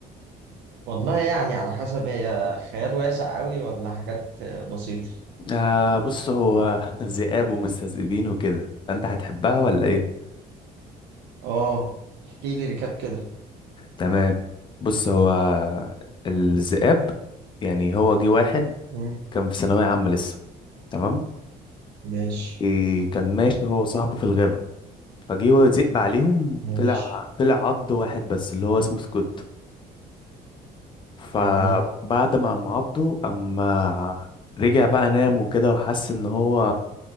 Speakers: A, on the right (about 80°); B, on the left (about 30°).
A: والله يعني على حسب هي خيال واسع قوي ولا حاجات آه، بسيطة
B: آه بص هو ذئاب ومستذئبين وكده فانت هتحبها ولا ايه
A: اه احكي لي ريكاب كده
B: تمام بص هو الذئاب يعني هو جه واحد
A: مم،
B: كان في ثانوية عامة لسه تمام
A: ماشي
B: وكان ماشي هو وصاحبه في الغابة فجه هو ذئب عليهم
A: ماشي
B: طلع طلع عض واحد بس اللي هو اسمه سكوت فبعد
A: جميل
B: ما قام عضه اما رجع بقى نام وكده وحس ان هو